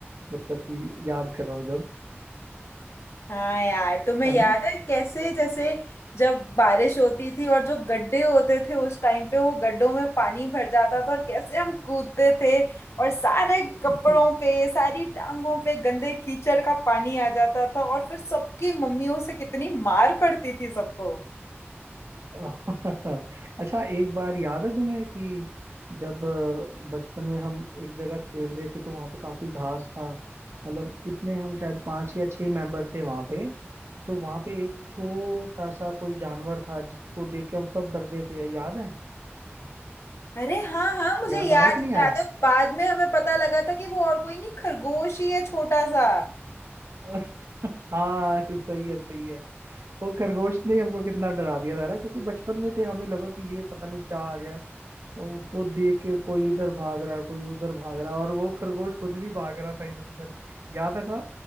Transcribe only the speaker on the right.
मतलब कि याद कर रहा हूँ जब
है
ना <laughs>
<laughs> अच्छा एक बार याद है तुम्हें कि जब अ, बचपन में हम एक जगह खेल रहे थे तो वहां पे काफी घास था मतलब कितने हम शायद पांच या छह मेंबर थे वहां पे तो वहां पे एक छोटा सा कोई जानवर था जिसको देख के हम सब डर गए थे याद है
याद
आया कि
नहीं आया
<laughs> हाँ सही है सही है वो खरगोश ने हमको कितना डरा दिया था ना क्योंकि बचपन में थे हमें लगा कि ये पता नहीं क्या आ गया है तो उसको देख के कोई इधर भाग रहा कोई उधर भाग रहा और वो खरगोश खुद भी भाग रहा था इधर उधर याद था